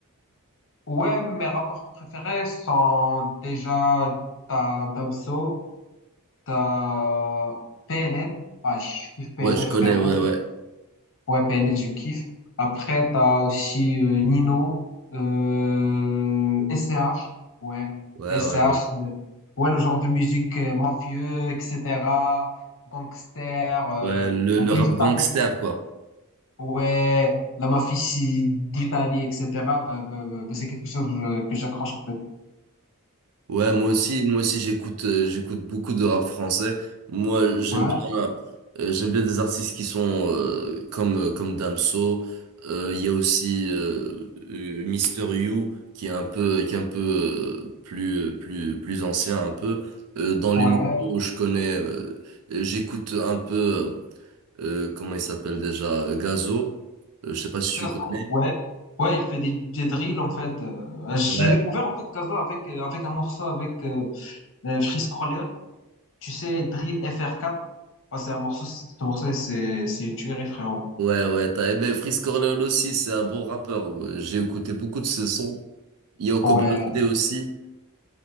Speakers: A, on the left (about 60°); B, on the right (about 80°).
A: Ouais, mes rappeurs préférés sont déjà t'as Damso, t'as PNL. Ah, je kiffe PNL,
B: Ouais, je connais.
A: frérot.
B: Ouais, ouais,
A: Ouais, PNL, je kiffe. Après, t'as aussi euh, Nino, euh, SCH, ouais,
B: ouais,
A: SCH,
B: ouais, ouais.
A: le- ouais, le genre de musique euh, mafieux, etc., gangster, euh,
B: Ouais, le,
A: un
B: le
A: peu
B: rap
A: italien,
B: gangster, quoi.
A: ouais, la mafia ici d'Italie, etc., bah, bah, bah, bah, c'est quelque chose euh, que j'accroche, en fait.
B: Ouais, moi aussi, moi aussi j'écoute euh, j'écoute beaucoup de rap français. Moi, j'aime
A: Ouais,
B: bien euh, j'aime bien des artistes qui sont euh, comme euh, comme Damso, Euh, il y a aussi euh, euh, Mister You qui est un peu qui est un peu euh, plus euh, plus plus ancien un peu. Euh, dans les
A: ouais,
B: nouveaux, je connais euh, euh, j'écoute un peu euh, comment il s'appelle déjà euh, Gazo. Euh, je sais pas si tu
A: Gazo,
B: connais.
A: ouais. Ouais, il fait des, des drills en fait. Euh, j'ai
B: Ouais.
A: découvert en fait Gazo avec euh, avec un morceau avec euh, euh, Freeze Corleone. Tu sais, Drill FR4, Ah, c'est un morceau, ce morceau, c'est c'est une tuerie, frérot.
B: Ouais, ouais, t'as aimé Freeze Corleone aussi, c'est un bon rappeur. Ouais, J'ai écouté beaucoup de ses sons. Yoko
A: Ouais,
B: Balade aussi.